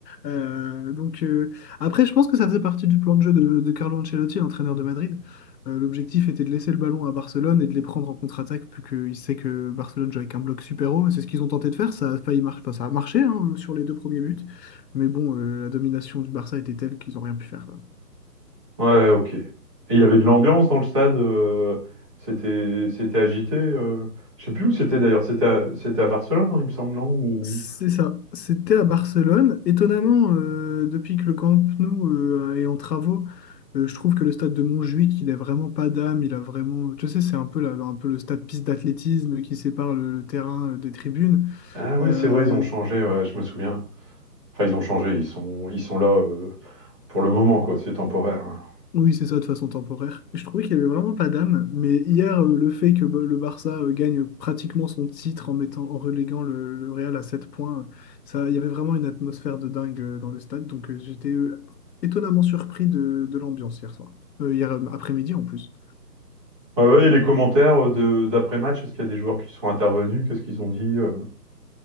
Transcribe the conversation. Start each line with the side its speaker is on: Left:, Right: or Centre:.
Left: Euh, donc, euh, après, je pense que ça faisait partie du plan de jeu de, de Carlo Ancelotti, l'entraîneur de Madrid. Euh, l'objectif était de laisser le ballon à Barcelone et de les prendre en contre-attaque, plus qu'il sait que Barcelone joue avec un bloc super haut. Et C'est ce qu'ils ont tenté de faire, ça a failli mar- enfin, ça a marché hein, sur les deux premiers buts. Mais bon, euh, la domination du Barça était telle qu'ils n'ont rien pu faire, quoi.
Right: Ouais, ouais, ok. Et il y avait de l'ambiance dans le stade, euh, c'était c'était agité. euh, je sais plus où c'était d'ailleurs, c'était à, c'était à Barcelone, hein, il me semble, non? Ou...
Left: C'est ça, c'était à Barcelone. Étonnamment, euh, depuis que le Camp Nou euh, est en travaux, euh, je trouve que le stade de Montjuïc, il a vraiment pas d'âme, il a vraiment... Tu sais, c'est un peu, la- un peu le stade piste d'athlétisme qui sépare le, le terrain euh, des tribunes.
Right: Ah ouais,
Left: Euh,
Right: c'est vrai, ils ont changé, ouais, je me souviens. Enfin, ils ont changé, ils sont, ils sont là euh, pour le moment, quoi, c'est temporaire. hein.
Left: Oui, c'est ça, de façon temporaire. Et je trouvais qu'il n'y avait vraiment pas d'âme. Mais hier, euh, le fait que bah, le Barça euh, gagne pratiquement son titre en mettant, en reléguant le, le Real à 7 points, ça, il y avait vraiment une atmosphère de dingue euh, dans le stade. Donc euh, j'étais euh, étonnamment surpris de, de l'ambiance hier soir. Euh, hier euh, après-midi en plus.
Right: Ouais, ouais, et les commentaires euh, de, d'après-match, est-ce qu'il y a des joueurs qui sont intervenus? Qu'est-ce qu'ils ont dit? euh